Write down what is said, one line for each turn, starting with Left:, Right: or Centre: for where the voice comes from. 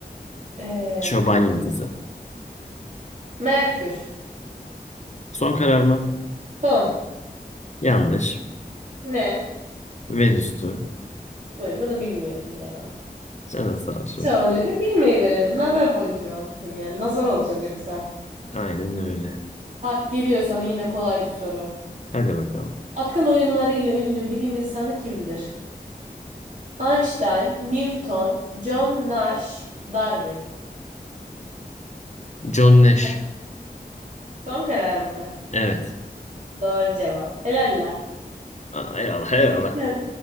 Right: Ee,
Left: Çoban Yıldızı.
Right: Merkür.
Left: Son karar mı?
Right: Son.
Left: Yanlış.
Right: Ne?
Left: Venüs'tü.
Right: Vay, bunu bilmiyordum ya.
Left: Canın sağ olsun.
Right: Hiç önemli bilmeyi verelim. Nazar boncuğu olsun yani. Nazar olacağız yoksa.
Left: Aynen öyle.
Right: Bak geliyor sana yine kolay bir soru.
Left: Hadi bakalım.
Right: Akıl oyunlarıyla ünlü bilim insanı kimdir? Einstein, Newton, John Nash, Darwin.
Left: John Nash.
Right: Bak, Son karar mı?
Left: Evet.
Right: Doğru cevap. Helal lan.
Left: Aa, eyvallah
Right: İyi,
Left: eyvallah.
Right: bir tane,